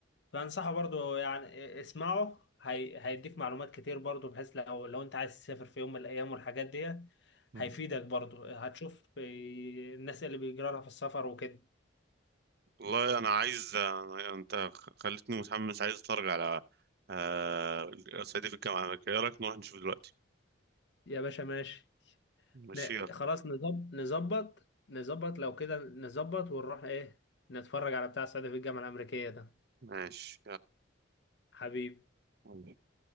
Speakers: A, on the left; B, on the right.
A: فانصحه برضو يعني اسمعه هي... هيديك معلومات كتير برضو بحيث لو لو انت عايز تسافر في يوم من الايام والحاجات دي
B: مم.
A: هيفيدك برضو هتشوف إيه الناس اللي بيجرى لها في السفر وكده
B: والله انا عايز أنا... انت خلتني متحمس عايز اتفرج على آه... صعيدي في الجامعه الامريكيه ايه رايك نروح نشوف دلوقتي
A: يا باشا ماشي
B: ماشي
A: ن...
B: يلا
A: خلاص نظب... نظبط نظبط لو كده نظبط ونروح ايه نتفرج على بتاع السعودية في الجامعة الأمريكية ده
B: ماشي
A: حبيبي
B: يلا